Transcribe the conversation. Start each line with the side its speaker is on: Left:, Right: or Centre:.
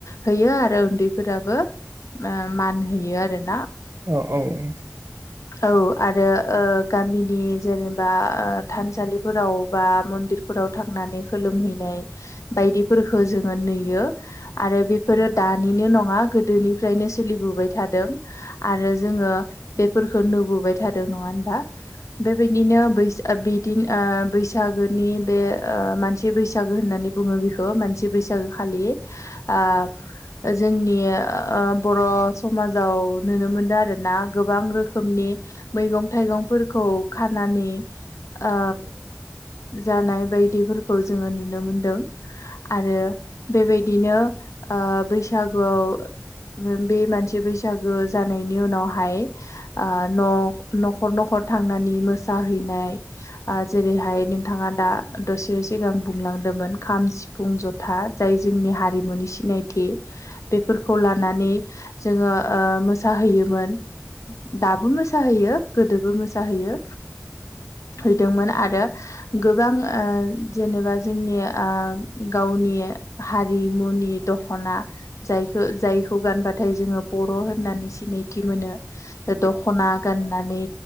Left: होयो आरो उन्दैफोराबो आ मान होयो आरोना।
Right: औ औ औ।
Left: औ आरो ओ गामिनि जेनेबा ओ थानसालिफोराव बा मन्दिरफोराव थांनानै खोलोमहैनाय बायदिफोरखौ जोङो नुयो। आरो बेफोरो दानिनो नङा गोदोनिफ्रायनो सोलिबोबाय थादों। आरो जोङो बेफोरखौ नुबोबाय थादों नङा होनबा बेबायदिनो बैसा बिदिन ओ बैसागोनि बे ओ मानसि बैसागो होननानै बुङो बेखौ मानसि बैसाग बैसागो खालि आ जोंनि ओ बर' समाजाव नुनो मोनदों आरोना। गोबां रोखोमनि मैगं थाइगंफोरखौ खानानै ओ जानाय बायदि दिफोरखौ जोंयो नुनो मोन्दों आरो बेबाय दिनो ओ बैसागुआव बे मानसि बैसागो जानायनि उनावहाय ओ न न'खर न'खर थांनानै मोसाहैनाय आ जेरैहाय नोंथाङा दा दसे सिगां बुंलां दोंमोन खाम, सिफुं, जथा जाय जोंनि हारिमुनि सिनायथि। बेफोरखौ लानानै जोङो ओ मोसाहैयोमोन। दाबो मोसाहैयो गोदोबो मोसाहैयो। हैदोंमोन आरो गोबां ओ जेनेबा जोंनि ओ गावनि हारिमुनि दखना जायखौ जाय खौ गानबाथाय जोङो बर' होननानै सिनायथि मोनो दख'ना गाननानै